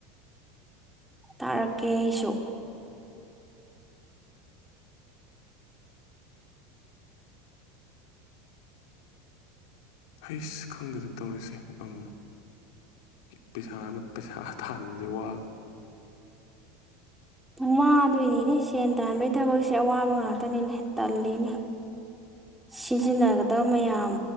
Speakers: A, in the centre; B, on the left.
A: ꯇꯥꯔꯛꯀꯦ ꯑꯩꯁꯨ
B: ꯍꯩꯁ ꯈꯪꯗꯦꯗ ꯇꯧꯔꯤꯁꯦ ꯎꯝ ꯄꯩꯁꯥ ꯑꯃ ꯄꯩꯁꯥ ꯇꯥꯟꯕꯖꯦ ꯋꯥ
A: ꯋꯥꯗꯣꯏꯅꯤꯅꯦ ꯁꯦꯟ ꯇꯥꯟꯕꯒꯤ ꯊꯕꯛꯁꯦ ꯑꯋꯥꯕ ꯉꯥꯛꯇꯅꯤꯅꯦ ꯇꯜꯂꯤꯅꯦ꯫ ꯁꯤꯖꯤꯟꯅꯒꯗꯕ ꯃꯌꯥꯝ